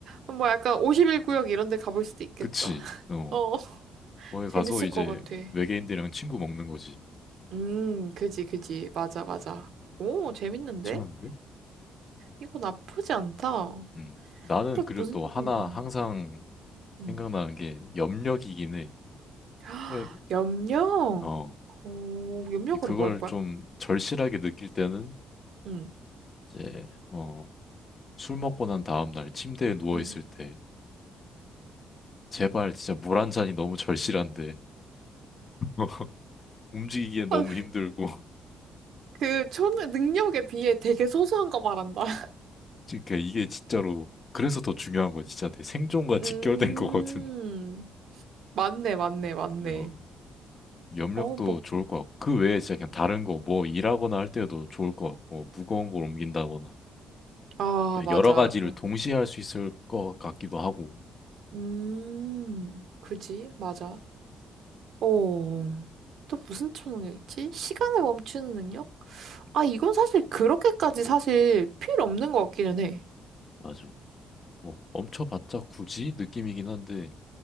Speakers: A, on the right; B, on the left.
A: 뭐 약간 51구역 이런 데 가볼 수도 있겠다.
B: 그치?
A: <laughs>
B: 어.
A: 어.
B: 거기
A: 재밌을
B: 가서 이제
A: 것 같아.
B: 외계인들이랑 친구 먹는 거지.
A: 음, 그지, 그지. 맞아, 맞아. 오, 재밌는데?
B: 괜찮은데?
A: 이거 나쁘지 않다.
B: 음. 나는
A: 또
B: 그리고
A: 무슨,
B: 또 하나
A: 음, 음,
B: 항상
A: 음.
B: 생각나는 게 염력이긴 해.
A: <gasps> 아,
B: 예,
A: 염력?
B: 어,
A: 오, 염력으로
B: 그걸
A: 뭐 할 거야?
B: 좀 절실하게 느낄 때는
A: 음,
B: 이제 어, 술 먹고 난 다음 날 침대에 누워
A: 음.
B: 있을 때 제발 진짜 물 한 잔이 너무 절실한데 <laughs> 움직이기에 너무
A: 아,
B: 힘들고 <laughs>
A: 그, 초 능력에 비해 되게 소소한 거 말한다. <laughs>
B: 그러니까 이게 진짜로 그래서 더 중요한 거 진짜 내 생존과
A: 음,
B: 직결된 <laughs> 거거든.
A: 맞네, 맞네, 맞네.
B: 근데 어, 염력도
A: 어, 뭐,
B: 좋을 것 같고 그 외에 진짜 그냥 다른 거 뭐 일하거나 할 때도 좋을 것 같고 무거운 걸 옮긴다거나
A: 아,
B: 또
A: 맞아.
B: 여러 가지를
A: 그,
B: 동시에 할 수 있을 것 같기도 하고
A: 음, 그지, 맞아. 어, 또 무슨 초능력이지? 시간을 멈추는 능력? 아, 이건 사실 그렇게까지 사실 필요 없는 것 같기는 해.
B: 맞아. 뭐 멈춰봤자 굳이 느낌이긴 한데